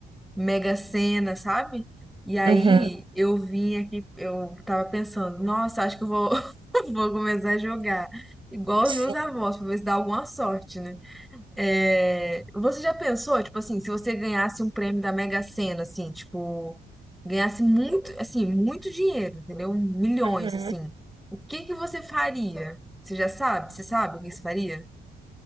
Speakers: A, in the centre; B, on the right.
A: Mega Sena, sabe? E aí
B: uhum,
A: eu vim aqui, eu tava pensando, nossa, acho que eu vou, <laughs> vou começar a jogar. Igual
B: sim,
A: os meus avós, pra ver se dá alguma sorte, né? É, você já pensou, tipo assim, se você ganhasse um prêmio da Mega Sena, assim, tipo, ganhasse muito, assim, muito dinheiro, entendeu? Milhões,
B: uhum.
A: assim. O que que você faria? Você já sabe? Você sabe o que você faria?